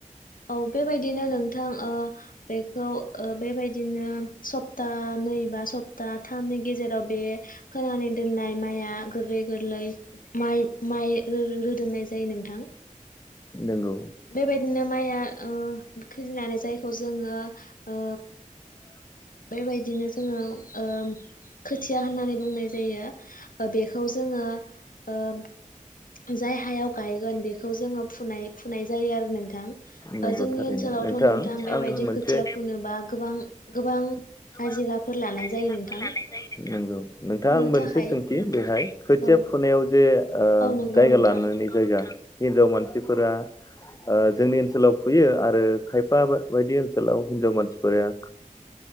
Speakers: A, on the left; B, on the left.
A: औ बेबायदिनो नोंथां ओ बेखौ ओ बेबायदिनो सप्तानै बा सप्ताथामनि गेजेराव बे फोनानै दोननाय माइआ गोरलै गोरलै माइ माइ रो-रो-रोदोमनाय जायो नोंथां।
B: नंगौ।
A: बेबायदिनो माइआ ओ खिलिनानै जायखौ जोङो ओ
B: <unintelligible>
A: बेबायदिनो जोङो ओ खोथिया होननानै बुंनाय जायो। बेखौ जोङो ओ जाय हायाव गायगोन बेखौ जोङो फुनाय फुनाय जायो आरो नोंथां।
B: नंगौ
A: ओ जों नि
B: थारैनो
A: ओनसोलावथ' नोंथां बेबायदि
B: आं मोनसे
A: खोथिया फुनोबा गोबां गोबां
B: <unintelligible>
A: हाजिराफोर लानाय जायो नोंथां
B: नंगौ, नोंथां
A: फुनो
B: मोनसे
A: थाखाय
B: सोंथि बेहाय खोथिया
A: औ
B: फुनायाव जे ओ
A: औ नंगौ
B: जायगा
A: नोंथां
B: लानानै जायगा हिन्जाव मानसिफोरा ओ जोंनि ओनसोलाव फुयो आरो खायफा बायदि ओनसोलाव हिनजाव मानसिफोरा